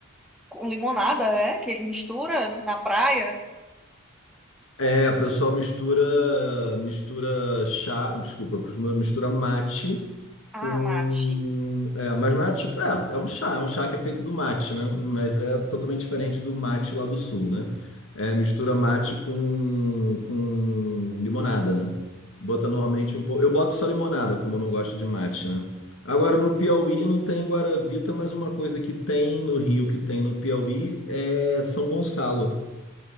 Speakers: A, in the centre; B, on the left.
A: com limonada, é? Que ele mistura na praia.
B: É, o pessoal mistura, mistura chá, desculpa, costuma misturar mate
A: Ah,
B: com,
A: mate.
B: é, mas não é tipo, é, é um chá, é um chá que é feito do mate, né? Mas é totalmente diferente do mate lá do sul, né? É, mistura mate com, com limonada, né? Bota normalmente um pouco, eu boto só limonada, como eu não gosto de mate, né? Agora no Piauí não tem Guaravita, mas uma coisa que tem no Rio, que tem no Piauí é São Gonçalo.